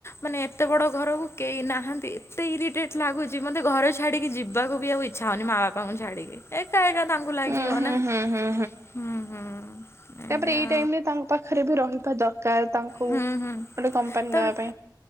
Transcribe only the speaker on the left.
ମାନେ ଏତେ ବଡ ଘରକୁ କେହି ନାହାନ୍ତି ଏତେ ଇରିଟେଟ ଲାଗୁଛି ମତେ ଘର ଛ ଛାଡିକି ଯିବାକୁ ବି ଆଉ ଛ ହଉନି ମା ବାପାଙ୍କୁ ଛାଡିକି ଏକା ଏକା ତାଙ୍କୁ ଲାଗିବ
ନା
ହୁଁ ହୁଁ ଏଇଆ
ହୁଁ ହୁଁ
ତାପରେ